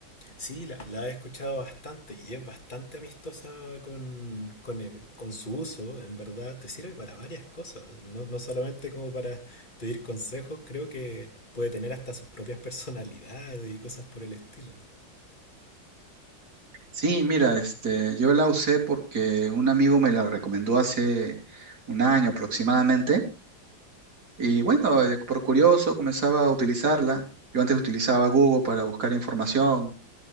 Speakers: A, on the left; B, on the right.
A: Sí, la, la he escuchado bastante y es bastante amistosa con, con, el- con su uso. En verdad, te sirve para varias cosas. No, no solamente como para pedir consejos, creo que puede tener hasta sus propias personalidades y cosas por el estilo.
B: Sí, mira, este, yo la usé porque un amigo me la recomendó hace un año aproximadamente. Y bueno, eh, por curioso comenzaba a utilizarla. Yo antes utilizaba Google para buscar información